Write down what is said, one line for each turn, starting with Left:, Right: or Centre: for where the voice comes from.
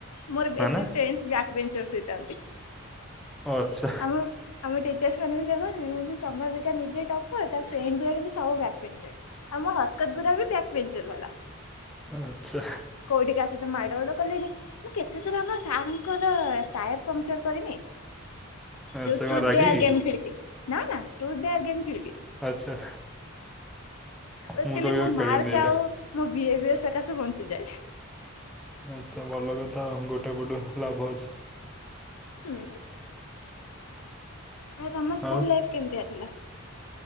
Left: ମୋର
Centre: ମାନେ
Left: ବେସି ଫ୍ରେଣ୍ଡ ଯାକଭେଞ୍ଚେର ସହିତ <unintelligible>
Centre: ଆଚ୍ଛା।
Left: ଆମ ଆମ ଟିଚର୍ସ ମାନେବି ସେୟା କହୁଛନ୍ତି ସମ୍ବାରପିକା ନିଜେ ଦବ ତା ପେଗୁ ସବୁ ବ୍ୟାକମେଞ୍ଚ ଆମ ହରକତ ଗୁରାକ ବ୍ୟାକମେଞ୍ଚ ବାଲା।
Centre: ଆଚ୍ଛା।
Left: କୋଉଠି କାସହିତ ମାଡଗୋଳ କଲେଣି ମୁଁ କେତେଥର ଆମ ସାରଙ୍କର ଟାୟାର ପମ୍ପଚର କରିନି।
Centre: ଆଚ୍ଛା
Left: ଯୋଉ
Centre: କଣ
Left: ଟୁଡେୟାର
Centre: ରାଗିକି?
Left: ଗେମ ଖେଳିବି ନା ନା ଟୁଡେୟାର ଗେମ ଖେଳିବି।
Centre: ଆଚ୍ଛା।
Left: ବାସ
Centre: ମୁଁ ତ କେବେ
Left: ମୋ ମାର୍କ
Centre: ଖେଳିନି ଏଇଟା।
Left: ଆଉ ମୋ ବିହେଭିୟର ସକାଶେ ବଞ୍ଚିଯାଏ।
Centre: ଆଚ୍ଛା ଭଲ କଥା ଗୋଟେ ପଟୁ ହେଲା ଲାଭଅଛି।
Left: ହୁଁ, ଆ ତମସ୍କୁଲ
Centre: ଆଉ
Left: ଲାଇଫ କେମିତିଆ ଥିଲା।